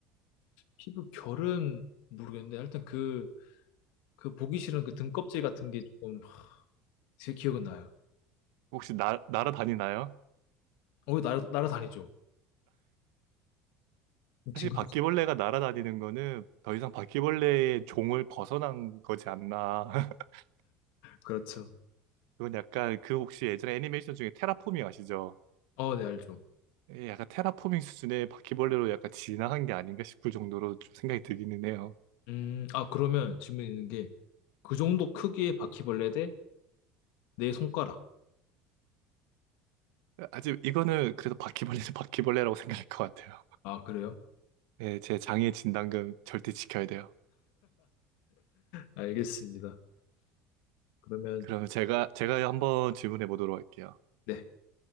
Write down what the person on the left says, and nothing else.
피부결은 모르겠는데, 일단 그, 그 보기 싫은 그 등껍질 같은 게 조금 제 기억은 나요.
어, 날아, 날아다니죠. 징그
그렇죠.
어, 네, 알죠.
음, 아, 그러면 질문 있는 게, 그 정도 크기의 바퀴벌레 대 내 손가락.
아, 그래요?
알겠습니다. 그러면,
네.